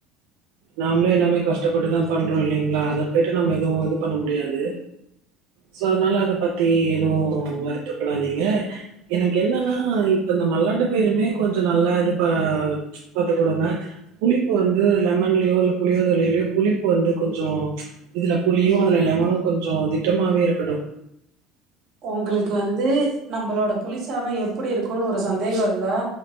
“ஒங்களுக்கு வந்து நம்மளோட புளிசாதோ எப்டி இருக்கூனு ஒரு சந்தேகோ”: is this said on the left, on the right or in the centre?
Right